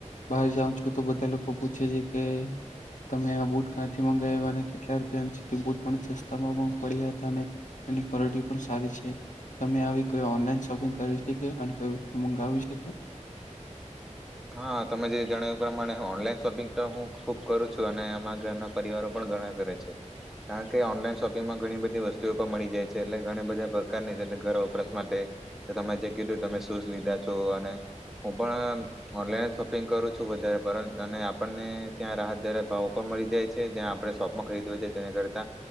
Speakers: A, on the left; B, in the centre.
A: બહાર જાઉં છું તો બધા લોકો પૂછે છે કે તમે આ બૂટ ક્યાંથી મંગાવ્યા અને કેટલા રૂપિયા સુધી બૂટ પણ સસ્તા પડ્યા હતા અને એની ક્વોલિટી પણ સારી છે તમે આવી કોઈ ઓનલાઈન શોપિંગ કરી શકે અને કોઈ વસ્તુ મંગાવી શકે
B: હા તમે જે જણાવ્યું પ્રમાણે ઓનલાઈન શોપિંગ તો હું ખુબ કરું છું અને અમારા ઘરના પરિવારો પણ ઘણા કરે છે કારણ કે ઓનલાઈન શોપિંગમાં ઘણી બધી વસ્તુઓ પણ મળી જાય છે એટલે ઘણા બધા પ્રકારનીટલે ઘર વપરાસ માટે તમે જે કીધું તમે શૂઝ લીધા છો અને હું પણ ઓનલાઈન જ શોપિંગ કરું છું વધારે અને આપણને ત્યાં રાહતદાર ભાવ પણ મળી જાય છે જ્યાં આપણે શોપમાં ખરીદએ છ છે જેના કરતા